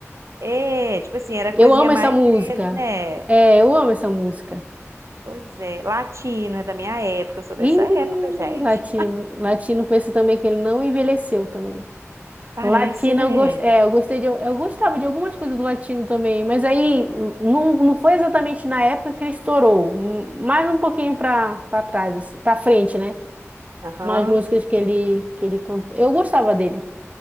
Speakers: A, on the right; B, on the right.
A: é, tipo assim, era
B: Eu
A: coisinha
B: amo essa
A: mais
B: música.
A: leve, né?
B: É, eu amo essa música.
A: Pois é, latino é da minha época, eu sou
B: E
A: dessa época, gente.
B: latino, latino pensa também que ele não envelheceu também.
A: Parece,
B: Latino,
A: né?
B: eu gost... é, eu gostei de, eu gostava de algumas coisas do latino também, mas aí não, não foi exatamente na época que ele estourou, hum, mais um pouquinho para para trás, assim, para frente, né?
A: Aham.
B: mais músicas que ele que ele cantou. Eu gostava dele